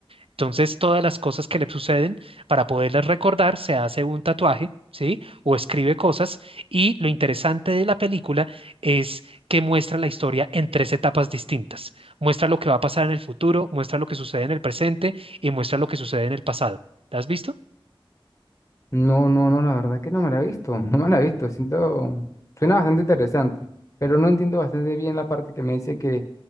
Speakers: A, on the right; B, on the left.
A: Entonces, todas las cosas que le suceden, para poderlas recordar, se hace un tatuaje, ¿sí? O escribe cosas. Y lo interesante de la película es que muestra la historia en tres etapas distintas. Muestra lo que va a pasar en el futuro, muestra lo que sucede en el presente y muestra lo que sucede en el pasado. ¿La has visto?
B: No, no, no, la verdad que no me la he visto, <laughs> no me la he visto, siento, suena bastante interesante, pero no entiendo bastante bien la parte que me dice que,